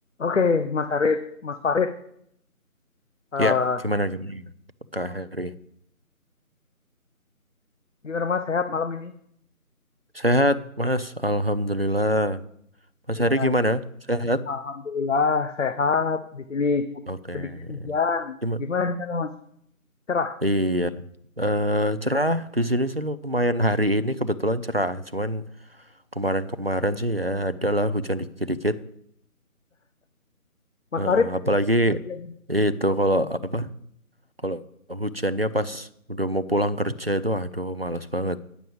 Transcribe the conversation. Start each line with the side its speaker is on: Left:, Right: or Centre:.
Left: Oke, Mas Farid, Mas Farid, eh,
Right: Ya, gimana gimana? Kak Heri.
Left: gimana Mas sehat malam ini?
Right: Sehat, Mas. Alhamdulillah. Mas
Left: Ya,
Right: Heri gimana? Sehat?
Left: alhamdulillah sehat. Di sini hu-
Right: Oke.
Left: sedikit hujan.
Right: Gimana?
Left: Gimana di sana Mas? Cerah.
Right: Iya. Eh, cerah di sini sih lumayan hari ini kebetulan cerah. Cuman kemarin-kemarin sih ya adalah hujan dikit-dikit.
Left: Mas
Right: Heeh,
Left: Farid
Right: apalagi
Left: kerja di,
Right: itu kalau apa? Kalau hujannya pas udah mau pulang kerja itu aduh males banget.